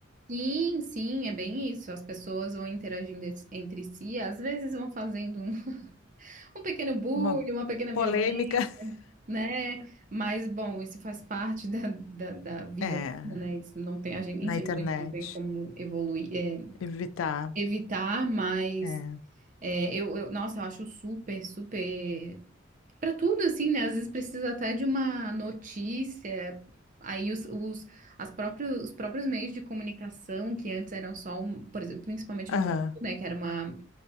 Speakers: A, on the right (about 40°); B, on the left (about 80°).
A: Sim, sim, é bem isso. As pessoas vão interagindo es- entre si, às vezes vão fazendo um, um pequeno bullying,
B: Uma
A: uma pequena
B: polêmica.
A: violência.
B: <laughs>
A: né? Mas, bom, isso faz parte da, da, da vida
B: É,
A: humana, né? Isso não tem, a gente,
B: na
A: infelizmente,
B: internet.
A: não tem como evoluir, é,
B: Evitar.
A: evitar, mas
B: É.
A: é, eu, eu, nossa, eu acho super, super. Para tudo, assim, né? Às vezes precisa até de uma notícia. Aí os, os, as próprios, os próprios meios de comunicação, que antes eram só um, por exemplo, principalmente
B: Aham.
A: no Brasil, né? Que era uma